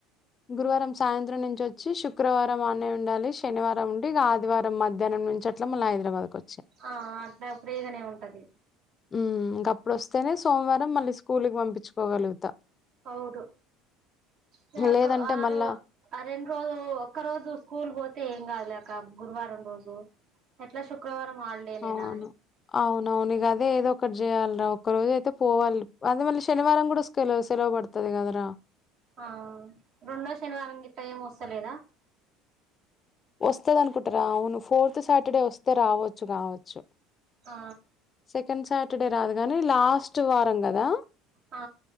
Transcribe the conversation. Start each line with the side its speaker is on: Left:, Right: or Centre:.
Left: గురువారం సాయంత్రం నుంచి వచ్చి శుక్రవారం ఆనే ఉండాలి శనివారం ఉండి ఇగ ఆదివారం మధ్యాహ్నం నుంచి అట్ల మల్ళ హైదబాద్ కో
Right: ఆ అట్లా ఫ్రీగానే ఉంటది
Left: మ్ గప్పుడోస్తేనే సోమవారం మళ్ళీ స్కూల్కి పంపించుకోగలుగుతా
Right: అవును తే అక్క
Left: లేదంటే
Right: అ
Left: మళ్ళా
Right: రో ఆ రెండు రోజు ఒక్క రోజు స్కూల్ పో అయితే ఏం కాదులేక్క గురువారం రోజు ఎట్లా శుక్రవారం హాలిడేనేనా
Left: అవును అవునవును అదే ఏదో ఒకటి చేయాలిరా ఒక్క రోజు అయితే పోవాలి అదే మళ్ళీ శనివారం కూడా స్కె సెలవు పడుతది కదరా
Right: ఆ రెండో శనివారం గిట్ల ఏం వస్తలేదా
Left: వస్తాది అనుకుంటారా అవును ఫోర్త్ సటడే వస్తే రావొచ్చు మావొచ్చు
Right: ఆ
Left: సెకండ్ సాటడే రాదుగాని లాస్ట్ వారం కదా!
Right: ఆ